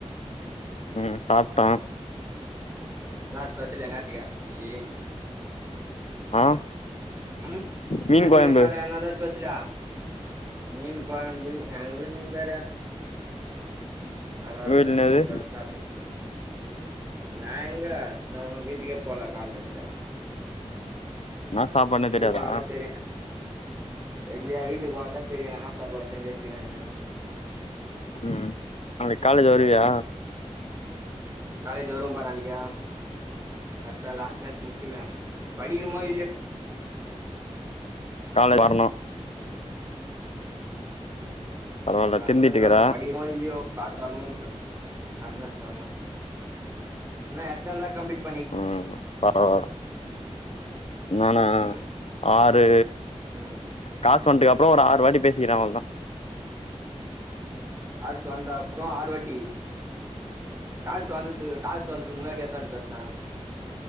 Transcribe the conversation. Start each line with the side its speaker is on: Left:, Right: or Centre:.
Left: உம் சாப்ட்ட
Right: என்னா ஸ்பெசலு ஞாயித்துகெழமைக்கி
Left: ஆ
Right: அ
Left: மீன்
Right: ஞாயத்துகெழம
Left: கொழம்பு
Right: வேற என்னதா ஸ்பெசலு மீன் கொழம்பு எங்க வீட்ல வேற பறவால
Left: உங்க வீட்ல என்னது
Right: மீன் கொழம்பு சாப்ட் ந எங்க த உன் வீட்டுக்கே போல காலந்து
Left: என்னா சாப்பாடுனே தெரியாதா
Right: <unintelligible> பனாதா தெரியுமே தெர்ல்லையே வீட்டுக்கு போனதா தெரிய ன்னா சாப்பாடு செஞ்சு வெச்சுருக்காங்கன்னு
Left: உம் நாளைக்கி காலேஜ் வருவியா
Right: காலேஜ் வரும்ப்பா நாளைக்கி <unintelligible> லாஸ்ட் நாளு முக்கியமே படிகிறமோ இல்லையோ
Left: காலை வரணு பரவால்ல
Right: அந்த அட்னஸ்
Left: திருந்திட்டுக்கிற
Right: தான படிக்கிறமோ இல்லையோ பாத்தே வரும்போது ஆ நீதா அத சொல்லனு என்னு எத்தன தா கம்ப்ளிட்
Left: உம் பரவால்ல நானா
Right: ம்
Left: ஆறு
Right: ம்
Left: காசு வண்டுக்கு அப்புறோ ஒரு ஆறு வாட்டி பேசிக்கிற அவளோ தா
Right: காசு வந்தப்புறோ ஆறுவாட்டி காசு வந்தது காசு வந்ததுக்கு முன்னாடி எத்தனவாட்டி பேசுனா